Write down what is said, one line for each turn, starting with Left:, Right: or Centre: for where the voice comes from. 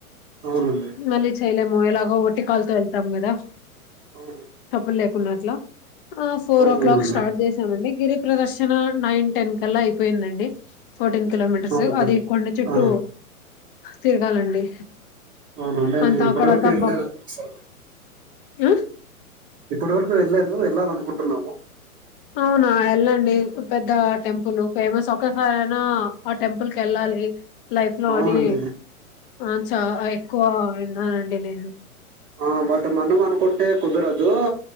Right: అవునండి
Left: వెళ్ళీ చేయలేము ఎలాగో వట్టి కాల్ తో వెళ్తాము కదా
Right: అవునండి
Left: తప్ప లేకుండా అట్లా ఆ ఫోర్ ఓ
Right: అవునవునండి
Left: క్లాక్ స్టార్ట్ చేశామండి గిరి ప్రదర్శన నైన్ టెన్ కల్లా అయిపోయిందండి ఫోర్టీన్ కిలోమీటర్స్
Right: ఓకే
Left: అది
Right: అండి
Left: కొండ చుట్టూ
Right: ఆ
Left: తిరగాలండి
Right: అవునండి
Left: అంతా
Right: మేము ఇప్పుడవరకు
Left: అక్కడంతా
Right: ఎల్లేదు అండీ
Left: ఆ
Right: ఇప్పటి వరకు వెళ్ళలేదు వెళ్ళాలనుకుంటున్నాము
Left: అవునా ఎళ్ళండి పెద్ద టెంపుల్ ఫేమస్ ఒకసారైనా ఆ టెంపుల్ కెళ్ళాలి లైఫ్ లో
Right: అవునండి
Left: అని ఆ చా ఎక్కువ విన్నానండి నేను
Right: ఆ బట్ మనం అనుకుంటే కుదరదు